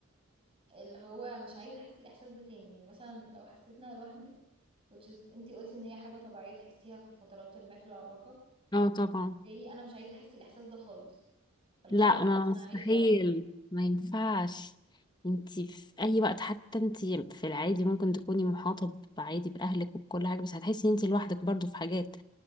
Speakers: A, on the right; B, on the left.
A: اللي هو مش عايزة احس الاحساس ده تاني يعني مثلا لو حسيت ان انا لوحدي which is انتي قلتي ان هي حاجة طبيعية تحسيها في فترات ما في العلاقة
B: اه طبعا
A: بالتالي انا مش عايزة احس الاحساس ده خالص فاللي
B: لا
A: هو لا خلاص
B: ما
A: انا
B: مستحيل
A: هعيش لوحدي
B: ما ينفعش انتي في اي وقت حتى انتي في العادي ممكن تكوني محاطة عادي باهلك وبكل حاجة بس هتحسي انتي لوحدك برضو في حاجات